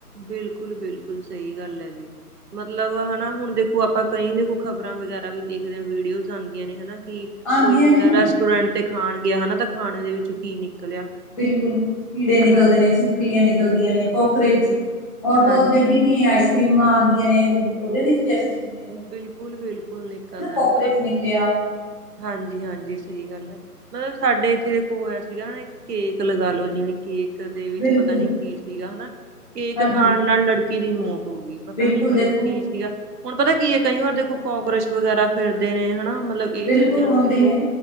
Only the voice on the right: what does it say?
ਬਿਲਕੁਲ, ਬਿਲਕੁਲ ਸਹੀ ਗੱਲ ਹੈ ਜੀ ਮਤਲਬ ਹਨਾ ਹੁਣ ਦੇਖੋ ਆਪਾਂ ਕਈ ਕੋ ਖ਼ਬਰਾਂ ਵਗੈਰਾ ਵੀ ਦੇਖਦੇ ਹ ਵੀਡੀਓਜ਼ ਆਉਂਦੀਆਂ ਨੇ ਹਨਾ ਕਿ
ਕੋਈ ਹੁੰਦਾ
ਰੈਸਟੋਰੈਂਟ ਤੇ ਖਾਣ ਗਿਆ ਹਨਾ ਤਾਂ ਖਾਣੇ ਦੇ ਵਿੱਚ ਕੀ ਨਿਕਲਿਆ
ਹਾਂਜੀ
ਬਿਲਕੁਲ
ਬਿਲਕੁਲ
ਹਾਂਜੀ
ਬਿਲਕੁਲ ਬਿਲਕੁਲ ਨਿਕਲਦਾ
ਮਤਲਬ
ਹਾਂਜੀ- ਹਾਂਜੀ ਸਹੀ ਗੱਲ ਹੈ, ਮਤਲਬ ਸਾਡੇ ਇੱਥੇ ਦੇਖੋ ਹੋਇਆ ਸੀਗਾ, ਕੇਕ ਲਗਾ ਲਓ ਜਿਵੇਂ ਕੇਕ ਦੇ ਵਿੱਚ
ਪਤਾ ਨੀ ਕੀ ਸੀਗਾ ਹਨਾ, ਕੇਕ
ਖਾਣ ਨਾਲ ਲੜਕੀ ਦੀ ਮੌਤ ਹੋ ਗਈ ਪਤਾ
ਨੀ ਮਤਲਬ
ਕੀ ਸੀਗਾ ਹੁਣ ਪਤਾ ਕੀ ਹੈ ਕਈ ਵਾਰ ਦੇਖੋ ਕਾਕਰੋਚ ਵਗੈਰਾ ਫਿਰਦੇ ਨੇ ਹਨਾ ਮਤਲਬ ਇਹ
ਚੀਜ਼ਾਂ
ਵੀ ਦੇਖੋ